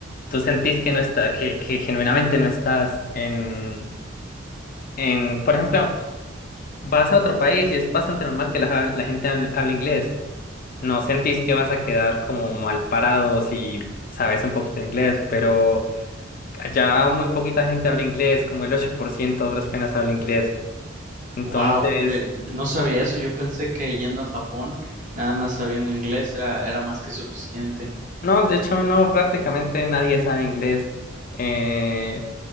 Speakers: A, on the left; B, on the right.
A: tú sentís que no está, que, que genuinamente no estás en, en, por ejemplo, vas a otro país y es bastante normal que la, ja- la gente hable, hable inglés. No sentís que vas a quedar como mal parado si sabes un poquito de inglés, pero Allá muy poquita gente habla inglés, como el 8% a duras penas habla inglés. Entonces,
B: Wow, no sabía eso. Yo pensé que yendo a Japón, nada más sabiendo inglés era, era más que suficiente.
A: no, de hecho, no, prácticamente nadie sabe inglés. Eh,